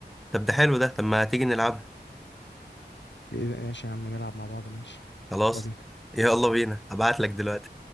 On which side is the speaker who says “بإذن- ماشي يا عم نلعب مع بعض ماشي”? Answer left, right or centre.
Left